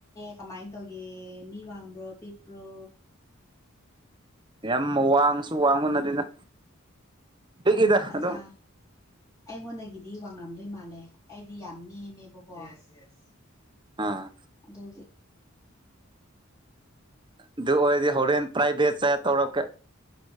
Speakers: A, on the left; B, on the right.
A: ꯀꯃꯥꯏ ꯇꯧꯒꯦ ꯃꯤ ꯋꯥꯡꯕ꯭ꯔꯣ ꯄꯤꯛꯄ꯭ꯔꯣ
B: ꯌꯥꯝ ꯋꯥꯡꯉꯁꯨ ꯋꯥꯡꯕ ꯅꯠꯇꯦꯗ ꯄꯤꯛꯏꯗ
A: ꯑꯠꯆꯥꯥ
B: ꯑꯗꯨꯝ
A: ꯑꯩꯉꯣꯟꯗꯒꯤ ꯒꯤꯗꯤ ꯋꯥꯡꯉꯝꯗꯣꯏ ꯃꯥꯜꯂꯦ ꯑꯩꯗꯤ ꯌꯥꯝ ꯅꯦꯝꯃꯦꯕꯀꯣ ꯌꯦꯁ ꯌꯦꯁ
B: ꯑꯥ
A: ꯑꯗꯨꯒꯤ
B: ꯑꯗꯨ ꯑꯣꯏꯔꯗꯤ ꯍꯣꯔꯦꯟ ꯄ꯭ꯔꯥꯏꯚꯦꯠꯁ ꯆꯦꯠ ꯇꯧꯔꯛꯀꯦ